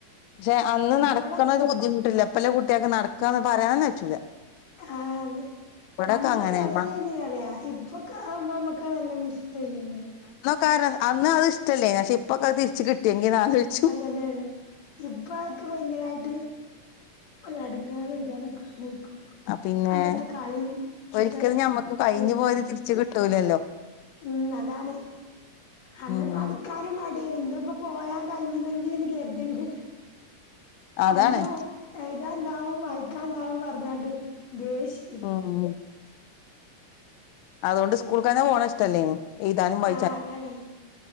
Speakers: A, on the left; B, on the left.
A: പക്ഷെ അന്ന്
B: ഇപ്പഴൊക്കെ
A: നടക്കണത് ബുദ്ധിമുട്ടില്ല ഇപ്പെല്ലാം കുട്ട്യാക്ക് നടക്കാന്ന് പറയാൻ പറ്റൂല
B: ആഹ് അതെ
A: ഇവിടൊക്കെ
B: അന്നൊക്കെ
A: അങ്ങനെ
B: രസേനി
A: മ
B: പറിയാ ഇപ്പൊക്കെ ആമ്പോ അമ്മക്ക് നല്ല മിസ് ചെയ്യ്ണ്ടല്ലോ
A: കാരണം അന്ന് അത് ഇഷ്ടല്ലേ പക്ഷെ ഇപ്പൊക്കെ അത് തിരിച്ച് കിട്ടിയെങ്കി ആലോചിച്ചു
B: അതേല്ലെ ഇപ്പ അതൊക്കെ ഭയങ്കരായിട്ട് ഒരു എടങ്ങേറ് ഏനി അതൊക്കെ ആലോയിക്കുമ്പോ
A: ആഹ് പിന്നെ
B: അന്നത്തെ കളിയും അന്നത്തെ
A: ഒരിക്കലും ഞമ്മക്ക് കഴിഞ്ഞ്
B: കൂട്ടാരും
A: പോയത് തിരിച്ച് കിട്ടൂലല്ലോ
B: ഉം അതാണ് അന്ന്
A: ഉം
B: പടി കിടക്കാനും മടിയ ഇന്ന് ഇപ്പോ പോയാൻ കഴിഞ്ഞുന്നെങ്കി ന്ന് കരുതിണ്ട്
A: അതാണ്
B: അന്ന് എഴുതാണ്ടാവും വായിക്കാണ്ടാവും പറഞ്ഞട്ട് ദേഷ്യ
A: ഉം അതോണ്ട് സ്കൂൾക്ക് തന്നെ പോണെ ഇഷ്ടല്ലേനു എയ്താനും വാ
B: ആഹ് അതാണേ